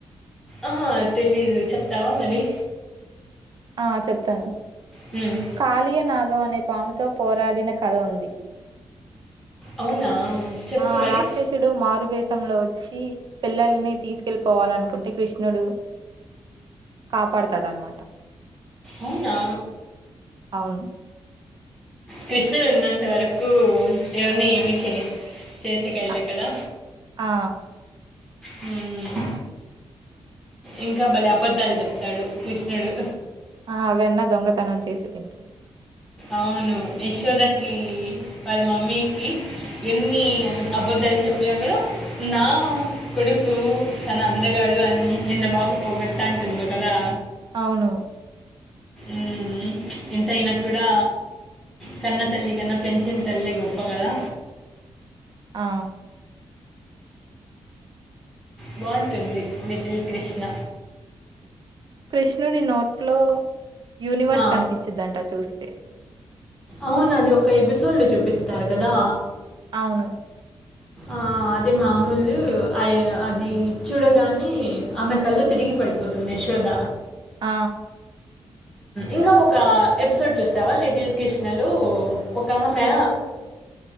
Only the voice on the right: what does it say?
ఆ చెప్తాను
కాళయ నాగం అనే పాముతో పోరాడిన కథ ఉంది
ఆ
రాక్షసుడు మారువేశంలో వచ్చి పిల్లల్ని తీసుకెళ్ళిపోవాలనుకుంటే కృష్ణుడు కాపాడుతాడ అనమాట
అవును
అ
ఆ!
ఆ అవన్న దొంగతనం చేసి తింటాారు
అవును
అ
కృష్ణుడి నోట్లో యూనివర్స్
కనిపించిద్దంట చూస్తే
అవును
ఆ